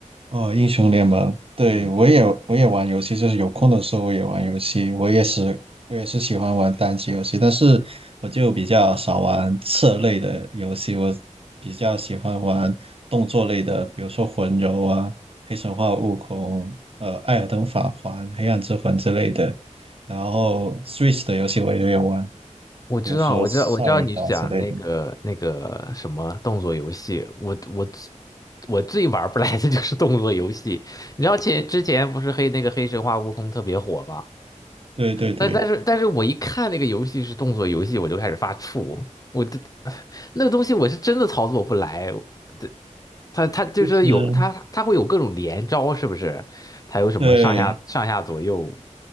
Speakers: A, on the right; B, on the left.
A: 哦，英雄联盟，对，
B: 嗯。
A: 我也我也玩游戏，就是有空的时候我也玩游戏。我也是我也是喜欢玩单机游戏，但是我就比较少玩策类的游戏，我比较喜欢玩动作类的，比如说魂游啊、黑神话、悟空、呃、艾尔登法环、黑暗之魂之类的。然后 Switch 的游戏我也有玩，
B: 我知道，
A: 比如说塞尔达之类的。
B: 我知道，我知道你讲那个那个什么动作游戏，我我我最玩不来的就是动作游戏。你知道前之前不是黑那个黑神话悟空特别火吗？
A: 对对对，
B: 但但是但是我一看那个游戏是动作游戏，我就开始发怵。我这 <sighs> 那个东西我是真的操作不来，这它它就是有它它会有各种连招，
A: 是，
B: 是不是？它有什么上下上下左右？
A: 对。